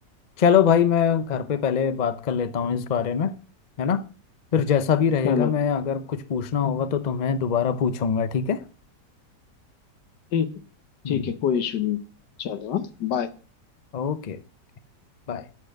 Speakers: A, on the left; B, on the left.
A: चलो भाई मैं घर पे पहले बात कर लेता हूँ इस बारे में है ना फिर जैसा भी रहेगा
B: चलो
A: मैं अगर कुछ पूछना होगा तो तुम्हें दोबारा पूछूंगा ठीक है
B: ठीक है
A: हम्म।
B: ठीक है कोई इशू नहीं चलो हाँ बाय
A: ओके बाय